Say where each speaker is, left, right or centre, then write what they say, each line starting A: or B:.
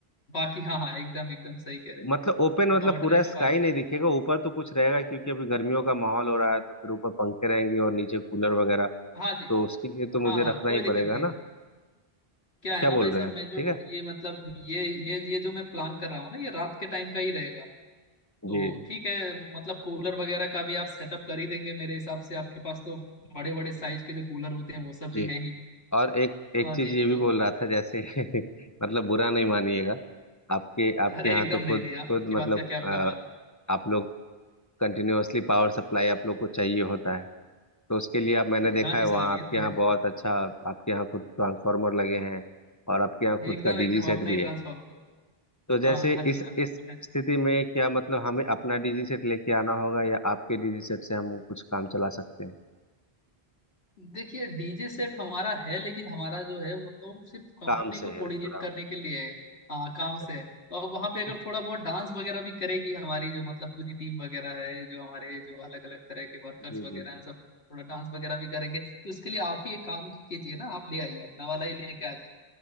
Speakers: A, on the left (about 80°); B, on the left (about 20°).
A: बाकी हाँ हाँ एकदम एकदम सही कह रहे हैं
B: मतलब ओपन
A: वो
B: मतलब
A: कवर्ड
B: पूरा
A: रहेगा
B: स्काई
A: बाकी
B: नहीं
A: तो
B: दिखेगा ऊपर तो कुछ रहेगा क्योंकि अभी गर्मियों का माहौल हो रहा है तो फिर ऊपर पंखे रहेंगे और नीचे कूलर वगैरह
A: हाँ जी
B: तो उसके लिए तो
A: हाँ
B: मुझे
A: हाँ
B: रखना
A: कोई
B: ही
A: दिक्कत
B: पड़ेगा
A: नहीं है
B: ना
A: क्या है
B: क्या
A: ना
B: बोल
A: भाई साहब
B: रहे हैं
A: मैं जो
B: ठीक है
A: ये मतलब ये ये ये जो मैं प्लान कर रहा हूँ ना ये रात के टाइम का ही रहेगा तो
B: जी जी
A: ठीक है वो मतलब कूलर वगैरह का भी आप सेटअप कर ही देंगे मेरे हिसाब से आपके पास तो बड़े बड़े साइज के जो कूलर होते हैं वो सब भी
B: जी
A: हैं ही
B: और एक एक
A: हाँ
B: चीज
A: जी
B: ये भी
A: तो
B: बोल रहा था जैसे <laughs> मतलब बुरा नहीं मानिएगा आपके आपके
A: अरे
B: यहाँ
A: एकदम
B: तो खुद
A: नहीं नहीं आपकी
B: खुद
A: बात
B: मतलब
A: का क्या बुरा
B: अ,
A: मानना
B: आप लोग कंटिन्यूअसली पावर सप्लाई आप लोग को चाहिए होता है तो उसके लिए आप मैंने
A: ए,
B: देखा
A: हाँ जी
B: है
A: साहब
B: वहाँ
A: ये
B: आपके
A: तो
B: यहाँ
A: है
B: बहुत अच्छा आपके यहाँ खुद ट्रांसफार्मर लगे हैं और आपके यहाँ खुद
A: एकदम
B: का
A: एकदम
B: डीजी सेट
A: अपना
B: भी
A: ही ट्रांसफॉर्मर
B: है
A: है
B: तो जैसे
A: हाँ हाँ हाँ जी
B: इस
A: हाँ
B: इस
A: वो है
B: स्थिति में क्या मतलब हमें अपना डीजी सेट लेके आना होगा या आपके डीजी सेट से हम कुछ काम चला सकते हैं
A: देखिए डीजे सेट हमारा है लेकिन हमारा जो है मतलब सिर्फ कंपनी
B: काम से
A: को
B: है
A: कोऑर्डिनेट
B: जुड़ा हुआ
A: करने के लिए है हाँ, काम
B: अच्छा
A: से
B: अच्छा
A: है तो अब वहाँ पे अगर
B: <laughs>
A: थोड़ा बहुत डांस वगैरह भी करेगी हमारी जो मतलब पूरी टीम वगैरह है जो हमारे जो अलग अलग तरह के वर्कर्स
B: जी
A: वगैरह
B: जी
A: हैं
B: जी
A: सब थोड़ा डांस वगैरह भी करेंगे तो उसके लिए आप ही एक काम कीजिए ना आप ले आइए अपना वाला ही लेके आ जाइए